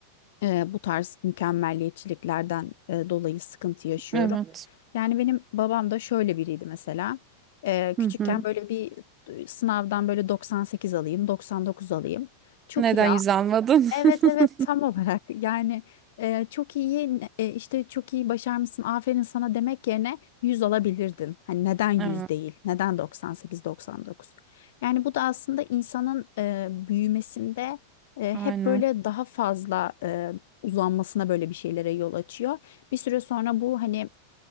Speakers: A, on the left; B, on the right.
A: e, bu tarz mükemmelliyetçiliklerden e, dolayı sıkıntı yaşıyorum.
B: Evet.
A: Yani benim babam da şöyle biriydi mesela. E, küçükken
B: Hı hı.
A: böyle bir sınavdan böyle 98 alayım, 99 alayım. Çok
B: Neden
A: iyi
B: yüz almadın?
A: Evet evet
B: <laughs>
A: tam olarak yani e, çok iyi e, işte çok iyi başarmışsın aferin sana demek yerine 100 alabilirdin. Hani neden yüz
B: Evet.
A: değil neden 98-99 yani bu da aslında insanın e, büyümesinde e,
B: Aynen.
A: hep böyle daha fazla e, uzanmasına böyle bir şeylere yol açıyor. Bir süre sonra bu hani